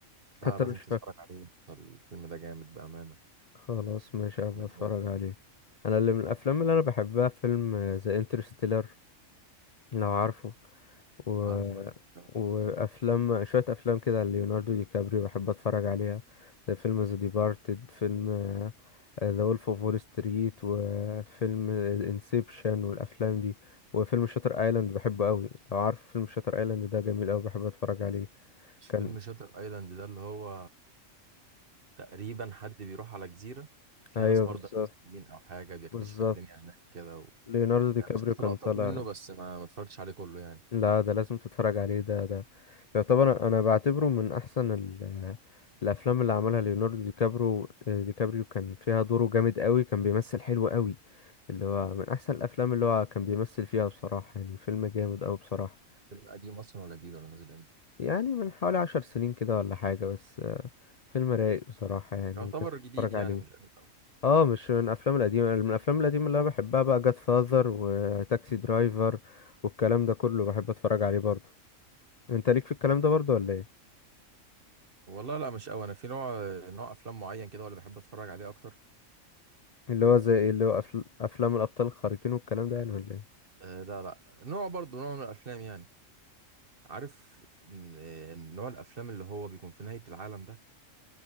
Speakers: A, on the right; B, on the left.
A: لا
B: حتى
A: لازم
B: مش فاكر
A: تتفرج عليه الفيلم ده جامد بامانه
B: خلاص ماشي هبقى
A: جامد
B: اتفرج
A: جامد
B: عليه انا اللي من الافلام اللي انا بحبها فيلم ذا انترستيلر لو عارفه و...
A: عارفه اكيد
B: وافلام شويه افلام كده ليوناردو دي كابريو بحب اتفرج عليها زي فيلم ذا ديبارتد فيلم ذا وولف اوف وول ستريت وفيلم انسبشن والافلام دي وفيلم شاتر ايلاند بحبه قوي لو عارف فيلم شاتر ايلاند ده جميل قوي بحب اتفرج عليه
A: مش
B: كان
A: فيلم شاتر ايلاند ده اللي هو تقريبا حد بيروح على جزيرة فيها
B: ايوه
A: ناس مرضى
B: بالظبط
A: نفسيين أو حاجة بيكتشف
B: بالظبط
A: الدنيا هناك كده و...
B: ليوناردو دي
A: يعني
B: كابريو
A: شفت لقطات
B: كان طالع
A: منه بس ما ما اتفرجتش عليه كله يعني
B: لا ده لازم تتفرج عليه ده ده يعتبر انا بعتبره من احسن ال الافلام اللي عملها ليوناردو دي كابرو دي كابريو كان فيها دوره جامد قوي كان بيمثل حلو قوي اللي هو من احسن الافلام اللي هو كان بيمثل فيها بصراحة يعني فيلم جامد قوي بصراحة
A: فيلم قديم اصلا ولا جديد ولا نازل امتى
B: يعني من حوالي عشر سنين كده ولا حاجة بس آه، فيلم رايق بصراحة يعني
A: يعتبر
B: لازم تتفرج
A: جديد يعني
B: عليه
A: مش قديم أوي
B: اه مش من الافلام القديمة من الافلام القديمة اللي انا بحبها بقى جاد فاذر وتاكسي درايفر والكلام ده كله بحب اتفرج عليه برضه انت ليك في الكلام ده برضه ولا ايه
A: والله لا مش أوي أنا في نوع نوع أفلام معين كده ولا بحب أتفرج عليه أكتر
B: اللي هو زي ايه اللي هو أفل... افلام الابطال الخارقين والكلام ده يعني ولا ايه
A: آه لا لا نوع برضه نوع من الأفلام يعني عارف إن- آه، نوع الأفلام اللي هو بيكون في نهاية العالم ده اللي